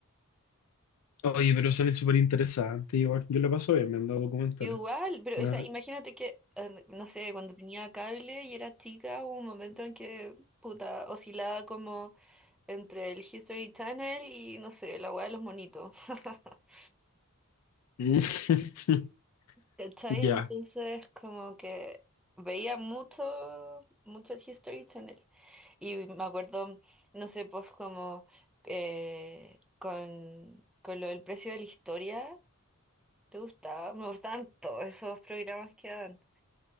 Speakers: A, on the left (about 80°); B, in the centre.
A: oye, pero son súper interesante, igual. Yo la paso bien me han dado documentales.
B: Igual, pero
A: Nada.
B: o sea, imagínate que, eh, no sé, cuando tenía cable y era chica, hubo un momento en que, puta, oscilaba como entre el History Channel y, no sé, la weá de los monitos. <laughs>
A: <laughs>
B: ¿Cachai?
A: Ya.
B: Entonces, como que veía mucho, mucho el History Channel. Y me acuerdo, no sé, pues como eh, con, con lo del precio de la historia, ¿te gustaba? Me gustaban todos esos programas que dan.